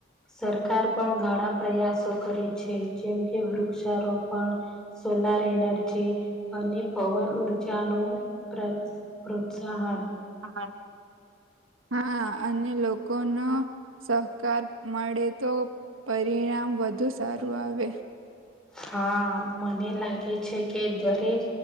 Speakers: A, in the centre; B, on the right.
A: સરકાર પણ ઘણા પ્રયાસો કરે છે જેમ કે વૃક્ષારોપણ સોલાર એનર્જી અને પવન ઉર જા નો પ્ર પ્રોત્સાહન
B: હા હા અને લોકોનો સહકાર મળે તો પરિણામ વધુ સારું આવે.
A: હા. મને લાગે છે કે દરેક